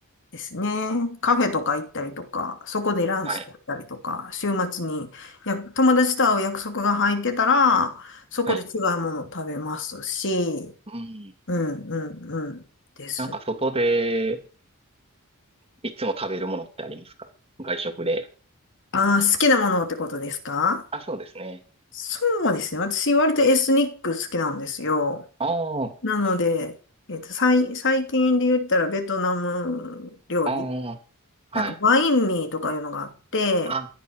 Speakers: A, on the left; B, on the right.
A: ですね。カフェとか行ったりとか、そこでランチだったりとか、
B: はい。
A: 週末にや友達と会う約束が入ってたら、そこで違うものを食べますし、
B: はい。うん。
A: うんうんうんです。
B: なんか外でいつも食べるものってありますか外食で。
A: あー、好きなものってことですか
B: あ、そうですね。
A: そうですね。私、割とエスニック好きなんですよ。
B: ああ、
A: なので、えっと、最、最近で言ったらベトナム料理
B: ああ。はい。
A: なんか、バインミーとかいうのがあって、
B: あ、